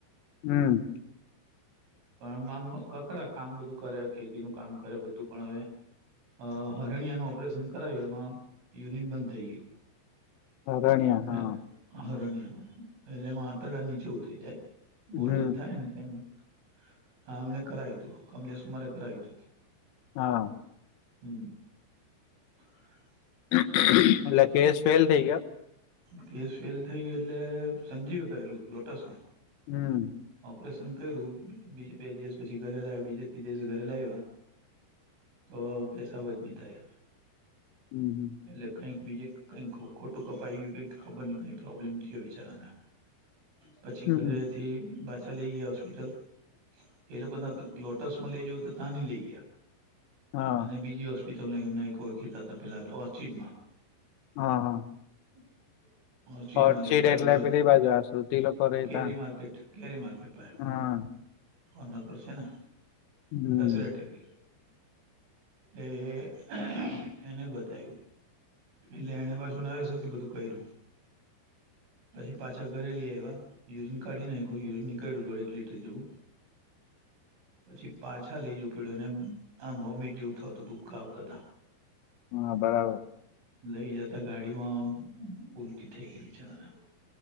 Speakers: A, on the left (about 80°); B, on the right (about 80°).
A: હમ
B: પણ આમ કકરા કામ બધું કરે ખેતી નું કામ કરે બધું પણ હવે અ હરણિયાનું ઓપરેશન કરાયું એમાં યુરિન બંધ થઈ ગયું.
A: હરણ્યા હા.
B: ને હરણિયાનું એટલે એમાં આંતરળા નીચે ઉતરી જાય
A: હમ
B: ઓલ્ડ એજ થાય ને તેમ. હમણે કરાયુ હતું કમલેશ કુમારે કરાયુ હતું.
A: હા.
B: હમ <inaudible> <unintelligible>
A: એટલે કેસ ફેલ થઈ ગયા.
B: કેસ ફેલ થઈ ગયો એટલે સંજીવે કરેલું લોટસ માં.
A: હમ.
B: ઓપરેશન કર્યું બે દિવસ પછી ઘરે લાવ્યા બીજે ત્રી દિવસ ઘરે લાવ્યા. તો પેસાબ જ નિ થાય
A: હમ હમ <inaudible>
B: એટલે
A: <unintelligible>
B: કઈક બીજે કઈ ખોટું કપાઈ ગયું કઈક ખબર નઈ કઈ પ્રોબ્લેમ થયો બીચારાને પછી
A: હમ
B: ઘરેથી પાછા લઈ ગયા હોસ સ્પિટલ એ લોકો ત લોટસ માં લઈ જવ તો ત્યાં નહી લઈ ગયા.
A: હા
B: અને બીજી હોસ્પિટલ એમ એક ઓળખીતા હતા પેલા ઓર્ચિડ માં
A: હા હા.
B: <unintelligible> ઓર્ચિટ
A: ઓર્ચિડ
B: માલિક તાર
A: એટલે
B: બોલો
A: પેલી બાજુ આ શ્રુતિ લોકો રેતા
B: કેરી માર્કેટ કેરી માારકેટ પર.
A: હા
B: કોર્નર પર છે ને
A: હમ
B: દશેરા ટેકરી. એટલે એને બતાયું એટલે એને પાસે. જના સરથી બધું કર્યું. પછી પાછા ઘરેલી આ એવા યુરીન કાઢી નાખું યુરીન નીકળ્યું દોઢ એક લીટર જેવું. પછી પાછા લઇ જવું પડ્યું અનેને આમ વોમિટ જેવું થ હતું ડુંબકા આવતા હતા.
A: હા બરાબર.
B: લઈ જતા ગાડીમાં ઉલટી થઈ ગઈ બિચારા.